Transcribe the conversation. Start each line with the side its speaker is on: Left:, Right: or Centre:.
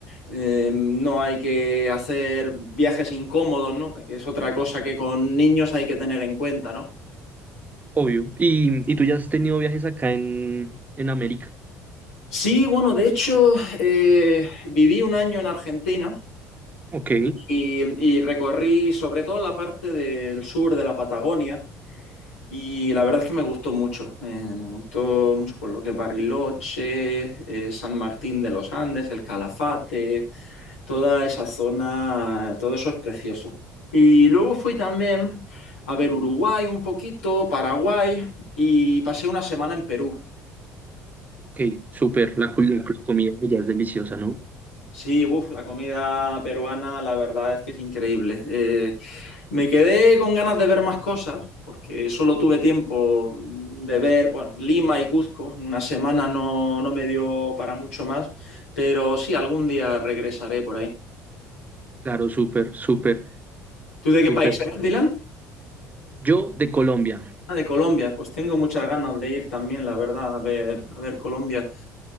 Left: eh, no hay que hacer viajes incómodos, ¿no? Que es otra cosa que con niños hay que tener en cuenta, ¿no?
Right: obvio. ¿Y, y tú ya has tenido viajes acá en, en América?
Left: Sí, bueno, de hecho, eh, viví un año en Argentina
Right: Ok,
Left: y, y recorrí sobre todo la parte del sur de la Patagonia Y la verdad es que me gustó mucho, eh, me gustó mucho por lo que es Bariloche, eh, San Martín de los Andes, el Calafate, toda esa zona, todo eso es precioso. Y luego fui también a ver Uruguay un poquito, Paraguay y pasé una semana en Perú.
Right: ok, súper, la, cul- la comida ya es deliciosa, ¿no?
Left: Sí, uf, la comida peruana la verdad es que es increíble. Eh, Me quedé con ganas de ver más cosas, porque solo tuve tiempo de ver, bueno, Lima y Cuzco. Una semana no, no me dio para mucho más, pero sí, algún día regresaré por ahí.
Right: Claro, súper, súper.
Left: ¿Tú de
Right: Súper.
Left: qué país eres, Dylan?
Right: Yo de Colombia.
Left: Ah, de Colombia. Pues tengo muchas ganas de ir también, la verdad, a ver, a ver Colombia.